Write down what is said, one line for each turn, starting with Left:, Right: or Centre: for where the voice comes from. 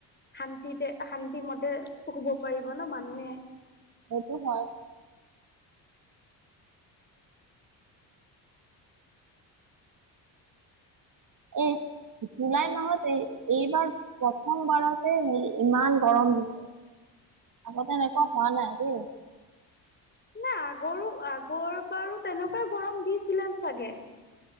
Left: শান্তিতে শান্তি মতে শুব পাৰিব ন মানুহে।
Right: সেইটো হয়। এই জুলাই মাহত এই এইবাৰ প্ৰথমবাৰতে হে ইমান গৰম দিছে। আগতে এনেকুৱা হোৱা নাই দেই।
Left: নাই আগৰো আগৰ বাৰো তেনেকুৱাই গৰম দিছিলে চাগে?